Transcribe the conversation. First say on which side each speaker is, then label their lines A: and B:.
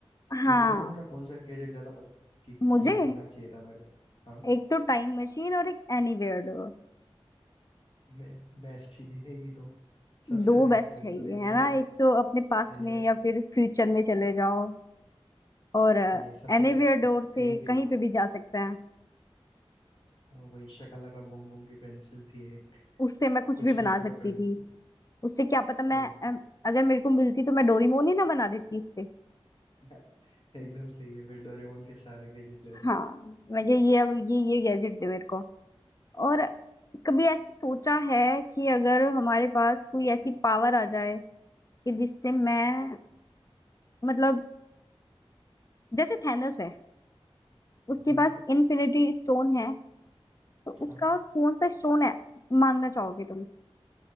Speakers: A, on the left (about 35°); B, on the left (about 60°).
A: हाँ
B: तो डोरेमोन का कौन सा गैजेट ज्यादा पसंद कि
A: मुझे
B: ये होना चाहिए था मेरे पास हाँ
A: एक तो टाइम मशीन और एक एनीवेयर डोर
B: वे, बेस्ट ये है ये दो सबसे
A: दो
B: बेस्ट
A: बेस्ट
B: है
A: है
B: मतलब
A: ये
B: एनीवे
A: है ना एक तो अपने पास्ट
B: एनीवे
A: में या फिर फ्यूचर में चले जाओ और एनीवेयर
B: ये सबसे बेस्ट
A: डोर से
B: कहीं भी
A: कहीं पे भी जा सकते हैं
B: हाँ, वही शकाला का बूम बूम की पेंसिल थी एक
A: उससे मैं कुछ
B: कुछ
A: भी बना
B: भी ड्रॉ
A: सकती
B: कर लो
A: थी उससे क्या पता मैं
B: बिल्कुल
A: अम, अगर मेरे को मिलती तो मैं डोरीमोन ही ना बना देती उससे
B: <laughs> एकदम सही है फिर डोरेमोन के सारे गैजेट ले लो
A: हाँ मैं ये ये अब ये ये गैजेट दे मेरे को और कभी ऐसे सोचा है कि अगर हमारे पास कोई ऐसी पावर आ जाए कि जिससे मैं मतलब जैसे थैनोस है
B: हम्म
A: उसके पास इन्फिनिटी स्टोन है तो उसका
B: हाँ
A: कौन सा स्टोन है मांगना चाहोगे तुम